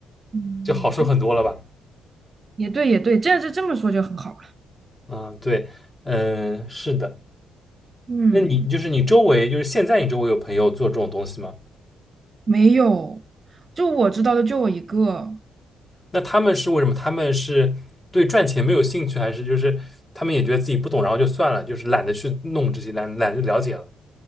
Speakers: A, on the right (about 40°); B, on the left (about 20°).
A: 嗯，
B: 就好受很多了吧？
A: 也对，也对，也对，这样这这么说就很好了。
B: 嗯，对，嗯，是的。
A: 嗯，
B: 那你就是你周围，就是现在你周围有朋友做这种东西吗？
A: 没有，就我知道的就我一个。
B: 那他们是为什么？他们是对赚钱没有兴趣，还是就是他们也觉得自己不懂，然后就算了，就是懒得去弄这些，懒懒得了解了？